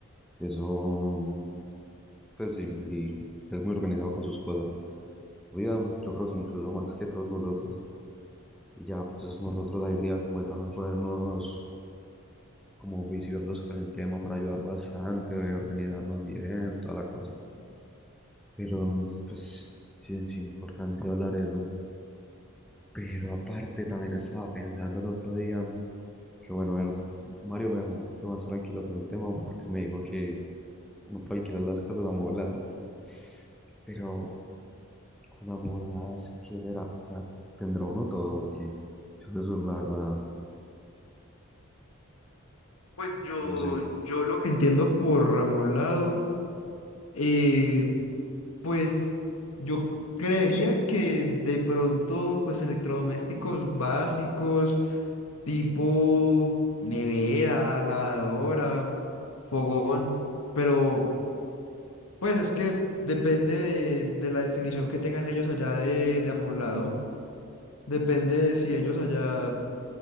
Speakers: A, in the centre; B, on the left.
A: eso, pues sí, él él es muy organizado con sus cosas. Oigan, yo creo que incluso más que todos nosotros. Y ya, pues nosotros ahí sería como de también ponernos como juiciosos con el tema para ayudar bastante, eh, organizarnos bien, toda la cosa. Pero, pues, sí es importante hablar eso. Pero aparte, también estaba pensando el otro día que, bueno, a ver, Mario me dejó un poquito más tranquilo con el tema porque me dijo que uno puede alquilar las casas amobladas. Pero Con amolas, ¿qué será? O sea, ¿tendrá uno todo o qué? Yo de sur, la verdad,
B: pues yo,
A: no sé.
B: yo lo que entiendo por Ramolado, eh, pues yo creería que de pronto pues electrodomésticos básicos tipo nevera, lavadora, fogón, pero Pues es que depende de, de la definición que tengan ellos allá de, de amoblado. Depende de si ellos allá